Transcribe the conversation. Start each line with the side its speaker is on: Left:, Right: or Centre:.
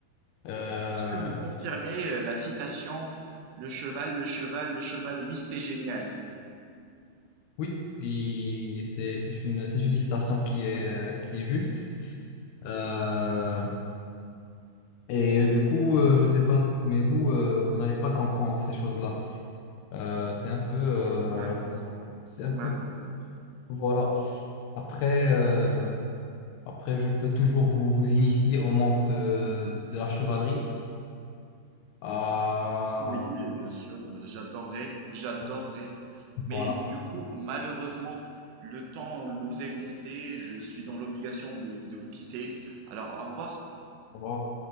Left: Euh,
Right: Est-ce que vous confirmez euh, la citation Le cheval, le cheval, le cheval, oui, c'est génial.
Left: oui, il- c'est, c'est une, c'est une citation qui est, qui est juste. Euh, et du coup, euh, je sais pas, mais vous, euh, vous n'allez pas comprendre ces choses-là. Euh, c'est un peu, euh,
Right: Malheureusement.
Left: c'est
Right: Malheureusement.
Left: un peu, voilà. Après, euh, après, je peux toujours vous, vous initier au monde de, de la chevalerie. Ah,
Right: Oui, bien sûr, euh, j'adorerais, j'adorerais.
Left: bon,
Right: Mais
Left: voilà.
Right: du coup, malheureusement, le temps euh, nous est compté. Je suis dans l'obligation de, de vous quitter. Alors, au revoir.
Left: Au revoir.